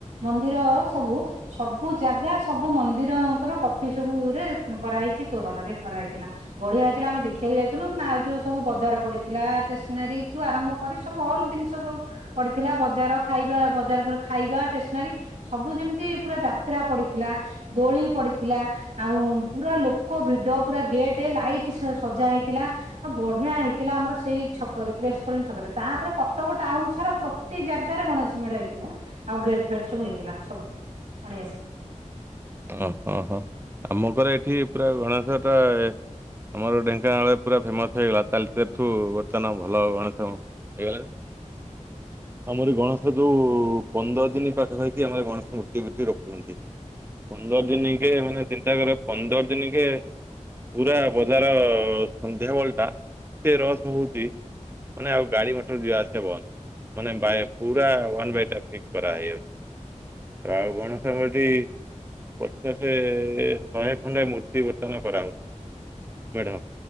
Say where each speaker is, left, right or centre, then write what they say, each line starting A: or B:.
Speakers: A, on the right; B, on the right.
A: ମନ୍ଦିର ସବୁ ସବୁ ଜାଗା ସବୁ ମନ୍ଦିରଙ୍କର କପି ସବୁରେ କରାହେଇଛି। ତୋରଣରେ କରା ହେଇଥିଲା ବଢିଆ ହେଇଥିଲା ଆମେ ଦେଖିବାକୁ ଯାଇଥିଲୁ ନା ଯୋଉ ସବୁ ବଜାର ପଡିଥିଲା ଷ୍ଟେସନାରୀ ଠୁ ଆରମ୍ଭ କରି ସବୁ ଅଲ ଜିନିଷ ସୋ କରିଥିଲା ବଜାର ଖାଇବା ବଜାର ଖାଇବା ଷ୍ଟେସନାରୀ ସବୁ ଯେମିତି ପୁରା ଯାତ୍ରା ପଡିଥିଲା। ଦୋଳି ପଡିଥିଲା ଆଉ ପୁରା ଲୋ ପୋକ ଭିଡ ପୁରା ଗେଟ ଲାଇଟ୍ ସଜା ହେଇଥିଲା ଆଉ ବଢିଆ ହେଇଥିଲା ଆମର ସେଇ ଛକରେ। ପ୍ରେସ କଲୋନୀ ଛକରେ ତାପରେ କଟକ ଟାଉନ ସାରା ପ୍ରତି ଜାଗାରେ ଗଣେଶ ମେଢ ହେଇଥିଲା ଆଉ ଗେଟ ଫେଟ ସବୁ ହେଥିଲା ସବୁ ବଢିଆ
B: ଓହୋ ହୋ ଆମ ଘର ଏଠି ପୁରା ଗଣେଶ ଟା ଆମର ଢେଙ୍କାନାଳରେ ପୁରା ଫେମସ ହେଇଗଲା ତାଳଚେରଠୁ ବର୍ତ୍ତମାନ ଭଲ ଗଣେଶ ହେଇଗଲାଣି
A: <unintelligible>
B: ଆମର ଗଣେଶ ଯୋଉ ପନ୍ଦର ଦିନ ପାଖାପାଖି ହାଏ ଗଣେଶ ମୂର୍ତ୍ତିଏଠି ରଖୁଛନ୍ତି। ପନ୍ଦର ଦିନ କେ ମାନେ ଚିନ୍ତା କରିବା ପନ୍ଦର ଦିନ କେ ପୁରା ବଜାର ସନ୍ଧ୍ୟା ବଳଟା ଏତେ ରସ ହଉଚି ମାନେ ଆଉ ଗାଡି ମୋଟର ଯିବା ଆସିବା ବନ୍ଦ୍। ମାନେ ପୁରା ୱାନ ବାଇ ଟ୍ରାଫିକ କରା ହେଇଯାଉଛି। ରାଉ ଗଣେଷ ମୁଦି ପଚାଶ ଶହେ ଖଣ୍ଡେ ମୂର୍ତ୍ତି ବର୍ତ୍ତମାନ କରାହଉଛି। ବଢିଆ